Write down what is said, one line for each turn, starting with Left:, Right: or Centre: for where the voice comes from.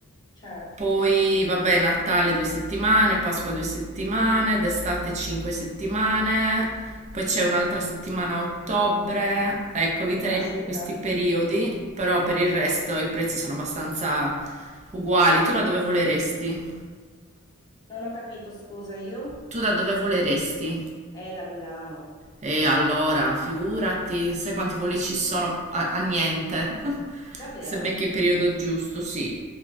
Left: certo.
Right: Poi, vabbè, Natale due settimane, Pasqua due settimane, d'estate cinque settimane, poi c'è un'altra settimana a ottobre. Ecco, eviterei
Left: Caspita,
Right: proprio questi periodi, però per il resto i prezzi sono abbastanza uguali. Tu da dove voleresti?
Left: non ho capito, scusa, io?
Right: Tu da dove voleresti?
Left: È da Milano.
Right: E allora, figurati, sai quanti voli ci sono a, a niente. <laughs>
Left: Davvero?
Right: Se becchi il periodo giusto, sì.